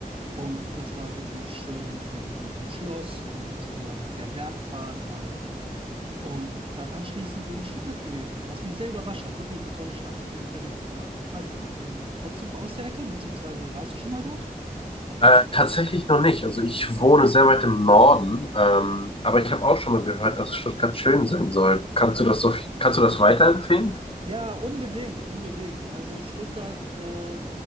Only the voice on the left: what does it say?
Äh, tatsächlich noch nicht. Also ich wohne sehr weit im Norden, ähm, aber ich habe auch schon mal gehört, dass Stuttgart schön sein soll. Kannst du das so, kannst du das weiterempfehlen?